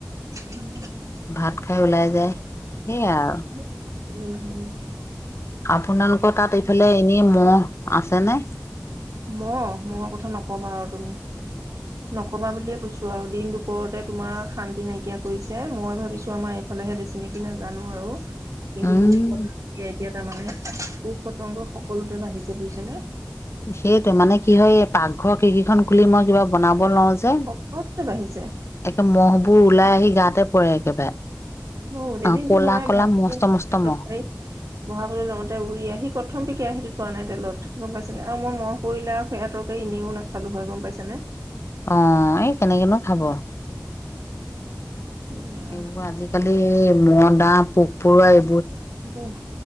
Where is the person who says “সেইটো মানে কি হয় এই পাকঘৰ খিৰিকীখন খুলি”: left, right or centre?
Left